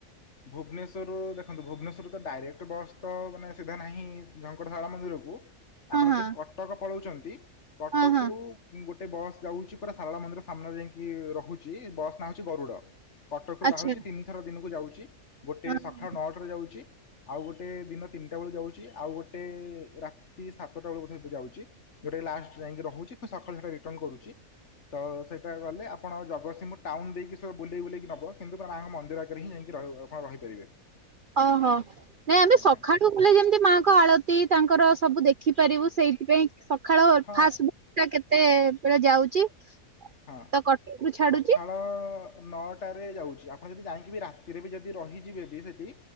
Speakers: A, on the left; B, on the right.
A: ଭୁବନେଶ୍ୱରରୁ ଦେଖନ୍ତୁ ଭୁବନେଶ୍ୱର ତ ଡାଇରେକ୍ଟ ବସ୍ ତ ମାନେ ସିଧା ନାହିଁ ଝଙ୍କଟଶାଳା ମନ୍ଦିରକୁ।
B: ହଁ
A: ଆପଣ
B: ହଁ
A: ଯଦି କଟକ ପଳଉଛନ୍ତି କଟକ
B: ହଁ ହଁ
A: ରୁ ଗୋଟ୍ ଟେ ବସ୍ ଯାଉଛି ପୁରା ସାରଳ ମନ୍ଦିର ସାମ୍ନାରେ ଯାଇକି ରହୁଛି ବସ୍ ନାଁ ହଉଛି ଗରୁଡ। କଟକରୁ
B: ଆଚ୍ଛା
A: ବାହାରୁଛି ତିନିଥର ଦିନକୁ ଯାଉଛି ଗୋଟେ
B: ହଁ।
A: ସକାଳ ନଅଟାରେ ଯାଉଛି। ଆଉ ଗୋଟେ ଦିନ ତିନିଟା ବେଳକୁ ଯାଉଛି ଆଉ ଗୋଟେ ରାତି ସାତଟା ବେଳକୁ ବୋଧେ ଏବେ ଯାଉଛି। ଯଉଟା କି ଲାଷ୍ଟ ଯାଇକି ରହୁଛି ସକାଳ ସେଟା ରିଟନ୍ କରୁଛି। ତ ସେଇଟା ଗଲେ ଆପଣ ଜଗତସିଂହପୁର ଟାଉନ ଦେଇକି ବୁଲେଇ ବୁଲେଇି କି ନବ। କ କିନ୍ତୁ ତାଙ୍କ ମନ୍ଦିର ଆଗରେ ହିଁ ଯାଇକି ହିଁ ଆପଣ ରହିପାରିବେ।
B: ଓହୋ ନାଇଁ ଆମେ
A: ଆଜ୍ଞା
B: ସକାଳୁ ତୁ ପୁଲେ ଯେମିତି ମାଙ୍କ ଆଳତି ତାଙ୍କର ସବୁ ଦେଖିପାରିବୁ ସେଇଥିପାଇଁ ସକାଳ
A: ହଁ
B: ଫାଷ୍ଟ କେତେବେଳେ ଯାଉଛି?
A: ହଁ
B: ତ କଟକରୁୁ ଛାଡୁଛି
A: ସକାଳ ନଅଟାରେ ଯାଉଛି ଆପଣ ଯଦି ଯାଇକି ବି ରାତିରେ ବି ଯଦି ରହିଯିବେ ବି ସେଇଠି